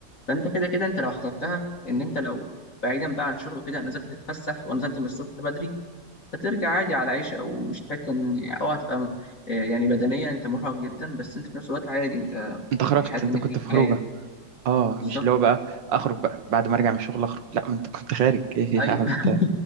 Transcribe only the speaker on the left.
فانت كده كده انت لو حسبتها ان انت لو بعيدا بقى عن شغله كده نزلت تتفسح ونزلت من الصبح بدري هترجع عادي على عيشه او مش تحس ان او هتبقى م- آه يعني بدنيا انت مرهق جدا بس انت في نفس الوقت عادي انت
مش حاسس
ان
في
حاجه
بالظبط
ايوه
<laughs>